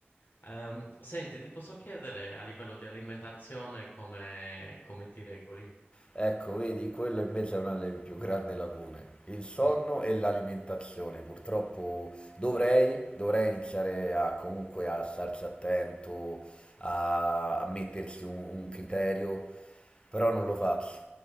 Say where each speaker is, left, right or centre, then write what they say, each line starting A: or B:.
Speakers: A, on the left (about 50°); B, on the left (about 25°).
A: Ehm, senti, ti posso chiedere a livello di alimentazione come, come ti regoli?
B: Ecco, vedi, quello invece è una delle più grandi lacune. Il
A: <laughs>
B: sonno e l'alimentazione. Purtroppo dovrei, dovrei iniziare a, comunque a starci attento, a, a mettersi un, un criterio, però non lo faccio.